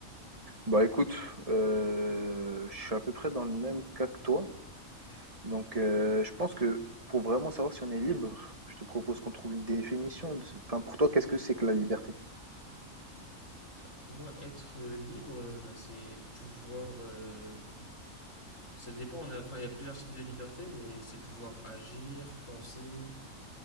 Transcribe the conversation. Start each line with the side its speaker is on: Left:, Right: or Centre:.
Right: Bah écoute, euh, je suis à peu près dans le même cas que toi. Donc, euh, je pense que pour vraiment savoir si on est libre, je te propose qu'on trouve une définition. de- Enfin, pour toi, qu'est-ce que c'est que la liberté?
Left: Alors, pour moi, être euh, libre, euh, bah, c'est pouvoir. euh, Ça dépend, on a, enfin, il y a plusieurs types de liberté, mais c'est pouvoir agir, penser,